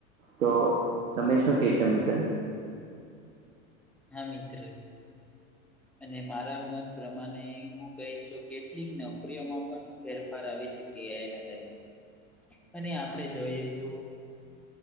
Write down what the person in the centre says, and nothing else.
હા મિત્ર. અને મારા મત પ્રમાણે હું કહીશ તો કેટલીક નોકરીઓમાં પણ. ફેરફાર આવી શકે એઆઈ ના કારણે. ને આપણે જોઈએ તો.